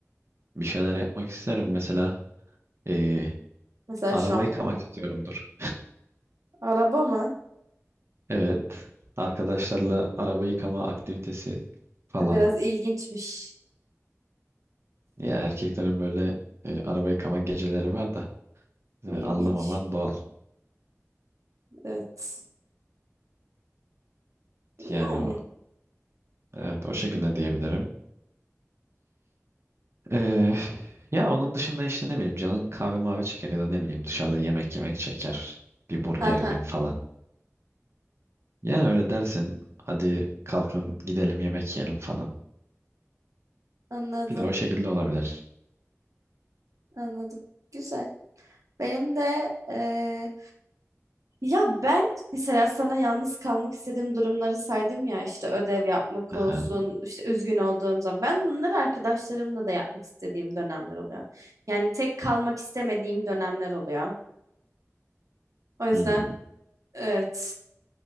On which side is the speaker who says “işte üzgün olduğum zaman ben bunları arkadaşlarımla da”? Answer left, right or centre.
Right